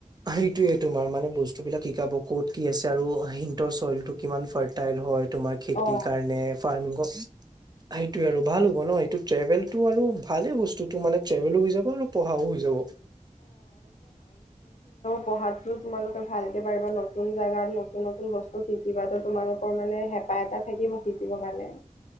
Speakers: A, on the right; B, on the left.
A: সেইটোয়ে তোমাৰ মানে বস্তু বিলাক কি কাব ক'ত কি আছে আৰু সিহতৰ চইলটো কিমান ফাৰ্টাইল হয়। তোমাৰ খেতিৰ
B: অ
A: কাৰণে ফাৰ্মিং কছ সেইটোোৱে আৰু ভাল হ'ব ন সটো ট্ৰেভেলটো আৰু ভালেই বস্তুটো মানে ট্ৰেভেলো হৈ যাব আৰু পঢ়াও হৈ যাব।
B: পঢ়াতটো তোমালোকে ভালকৈ পাৰা নতুন জেগাত নতুন নতুন বস্তু শিকিবা তোমালোকৰ মানে পা এটা থাকিব শিকিব পালে।